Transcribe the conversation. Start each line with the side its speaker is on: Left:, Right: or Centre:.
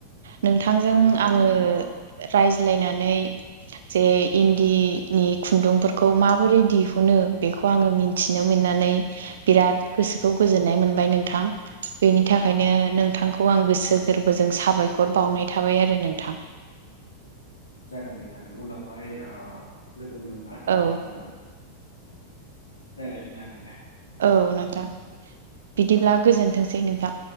Right: नोंथांजों
Left: नोंथां
Right: आंङो
Left: औ
Right: रायजो मिलायनानै जे इन्दि नि खुन्दुंफोरखौ माबोरै दिहुनो बे खौ आंङो मिनथिनो मोननानै बिराद गोसोखौ गोजोननाय मोनबाय नोंथां। बेनि थाखायनो
Left: औ
Right: नोंथांखौ आं गोसो गोरबोजों साबायखर बावनाय थाबाय आरो नोंथां।
Left: जागोन दे जागोन उनावहाय ओ लोगो मोनबा
Right: औ
Left: जोङो रायलायफिन्नो हागोन दे।
Right: औ नोंथां बिदिब्ला गोजोनथोंसै नोंथां।